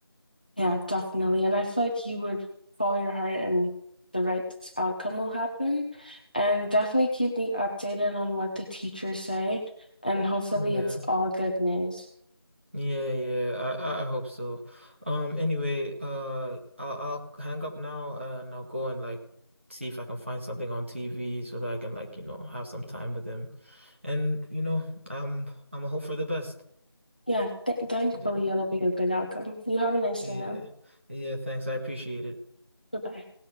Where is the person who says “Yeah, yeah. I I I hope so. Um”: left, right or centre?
Right